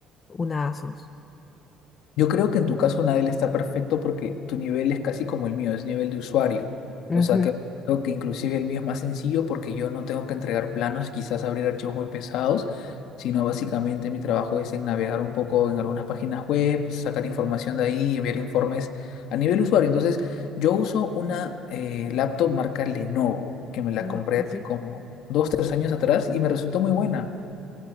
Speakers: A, on the left (about 20°); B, on the left (about 65°).
A: una Asus?
B: Yo creo que en tu caso Nadel está perfecto porque tu nivel es casi como el mío, es nivel de usuario.
A: Ujú.
B: O sea que creo que inclusive el mío es más sencillo porque yo no tengo que entregar planos, quizás abrir archivos muy pesados, sino básicamente mi trabajo es en navegar un poco en algunas páginas web, sacar información de ahí, enviar informes a nivel usuario. Entonces, yo uso una eh, laptop marca Lenovo, que me la
A: No,
B: compré
A: ok.
B: hace como dos, tres años atrás y me resultó muy buena.